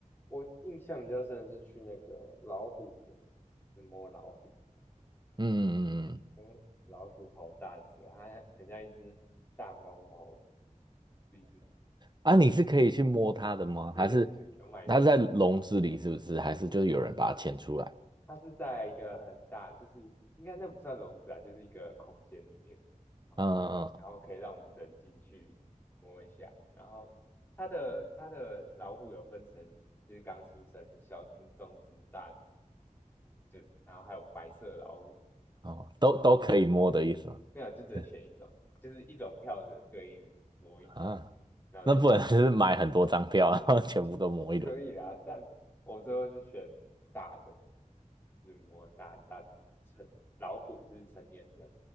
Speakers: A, on the left; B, on the right.
A: 我印象比较深的是去那个老虎园，去摸老虎，
B: 嗯嗯嗯嗯，
A: 嗯，老虎好大只哦，它还很像一只大猫猫，是一只。
B: 啊，你是可以去摸它的吗？
A: 对对，
B: 还是它是在笼子里，
A: 有买票。
B: 是不是？还是就是有人把它牵出来？
A: 它是在一个很大，就是应该那不算笼子啊，就是一个空间里面，然后然后可以让我们人进去摸一下，
B: 嗯嗯
A: 然后它的它的老虎有分成，就是刚出生、小只、中只、大只，就然后还有白色的老虎，
B: 嗯，哦，都都可以摸的意思吗？
A: 没有就只能选一种，
B: <laughs>
A: 就是一种票只能对应某一种，
B: 啊，
A: 然后就
B: 那不能就是买很多张票，然后全部都摸一轮。
A: 可以啦，但我最后是选大的，是摸大大只的成老虎是成年人，